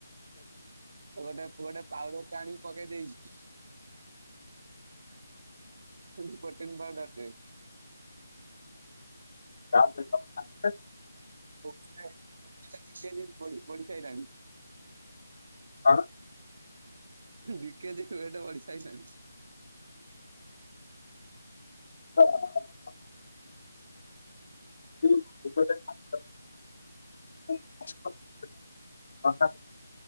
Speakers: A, on the right (about 45°); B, on the left (about 40°).
A: ଗୋଟେ ପୁଅଟେ ପାଉଡରଟେ ଆଣିକି ପକେଇ ଦେଇଛି। ଏ ପ୍ରୋଟିନ୍ ପାଉଡର୍ ଟେ।
B: <unintelligible>
A: <unintelligible> କିଛି ହେଇନି ବଢ଼ି ବଢି ସାରିଲାଣି।
B: କଣ?
A: ବିକେ ଯେ ରେଟ୍ ବଢ଼ିସାରିଲାଣି।
B: ହଁ ହ ହଁ। <unintelligible>